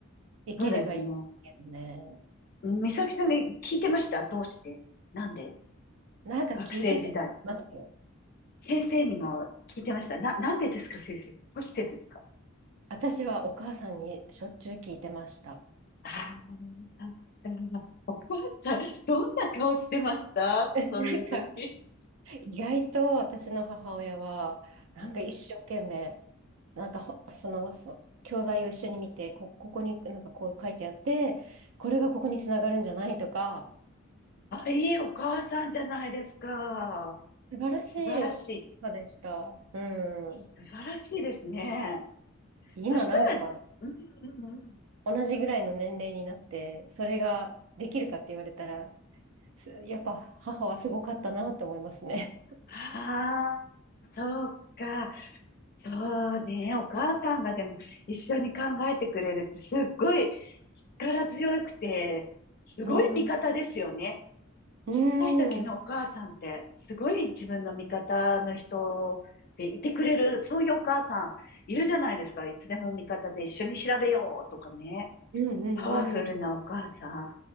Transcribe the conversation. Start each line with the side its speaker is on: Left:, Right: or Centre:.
Right: いければいいけどね。
Left: そうですね。うん美咲さんに聞いてましたどうしてなんで
Right: なんか聞いてたと思いますよ。
Left: 学生時代。先生にも聞いてましたな、なんでですか先生。どうしてですか
Right: 私はお母さんにしょっちゅう聞いてました。
Left: ああー、さお母さん、どんな顔してましたそういう時。
Right: なんか意外と私の母親は、
Left: うん、
Right: なんか一生懸命、
Left: うん。
Right: なんかほその、そ教材を一緒に見て、こ、ここになんかこう書いてあって、これがここにつながるんじゃないとか、
Left: あ、いいお母さんじゃないですか。
Right: 素晴らしい
Left: 素晴らしい。
Right: 母でした。う
Left: 素晴らしいですね。
Right: ん。今なんか
Left: そしたら、うんうんうん。
Right: 同じぐらいの年齢になって、それができるかって言われたら、すやっぱ母はすごかったなと思いますね。
Left: ああ、そうか。そうね。お母さんがでも一緒に考えてくれるってすっごい力強くて、すごい味方ですよね。
Right: うん。うん。
Left: ちっちゃい時のお母さんってすごい自分の味方の人でいてくれる、
Right: うん
Left: そういうお母さんいるじゃないですか。いつでも味方で一緒に調べようとかね。
Right: うん
Left: パワフルなお母さん。
Right: うん。